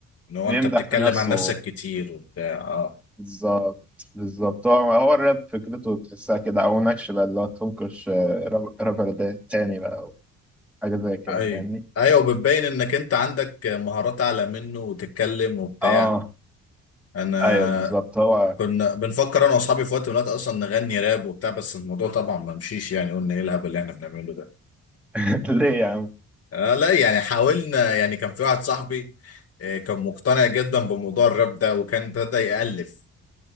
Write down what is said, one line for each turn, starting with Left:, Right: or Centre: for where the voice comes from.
Left: إن هو
Centre: بيمدح
Left: انت بتتكلم
Centre: في نفسه
Left: عن نفسك كتير وبتاع اه
Centre: بالظبط بالظبط هو هو الراب فكرته تحسها كده او نكش بقى اللي هو تنكش آه، راب- رابر ده تاني بقى او حاجه زي كده
Left: ايوه
Centre: فاهمني
Left: ايوه وبتبين انك انت عندك مهارات اعلى منه وتتكلم وبتاع
Centre: اه
Left: انا
Centre: ايوه بالظبط هو
Left: كنا بنفكر انا واصحابي في وقت من الوقت اصلا نغني راب وبتاع بس الموضوع طبعا ما مشيش يعني قلنا ايه الهبل اللي احنا بنعمله ده
Centre: <laughs> ليه يا عم
Left: آه لا يعني حاولنا يعني كان في واحد صاحبي آه، كان مقتنع جدا بموضوع الراب ده وكان ابتدى يألف